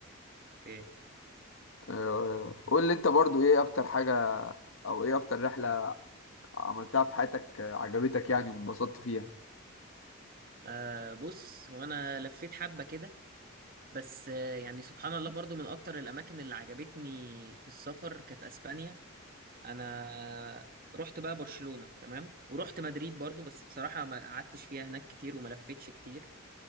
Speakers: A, on the right; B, on the left.
A: ايه
B: آه، قول لي انت برضو ايه اكتر حاجة او ايه اكتر رحلة عملتها في حياتك آه، عجبتك يعني وانبسطت فيها
A: آه بص هو انا لفيت حبة كده بس آه، يعني سبحان الله برضو من اكتر الاماكن اللي عجبتني في السفر كانت اسبانيا انا رحت بقى برشلونة تمام ورحت مدريد برضو بس بصراحة ما قعدتش فيها هناك كتير وما لفتش كتير